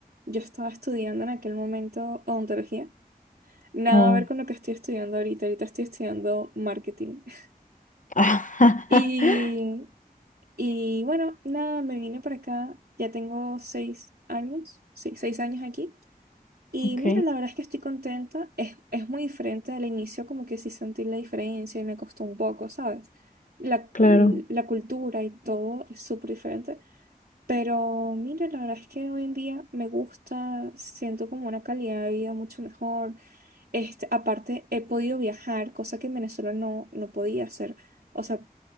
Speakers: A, on the right; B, on the left.
A: Yo estaba estudiando en aquel momento odontología. Nada
B: Oh.
A: a ver con lo que estoy estudiando ahorita. Ahorita estoy estudiando marketing. <laughs>
B: <laughs>
A: Y Y bueno, nada, me vine para acá. Ya tengo seis años, sí, seis años aquí. Y
B: Ok,
A: mira, la verdad es que estoy contenta. Es, es muy diferente al inicio, como que sí sentí la diferencia y me costó un poco, ¿sabes? La,
B: claro.
A: la cultura y todo es súper diferente. Pero mira, la verdad es que hoy en día me gusta, siento como una calidad de vida mucho mejor. Este, aparte, he podido viajar, cosa que en Venezuela no, no podía hacer. O sea,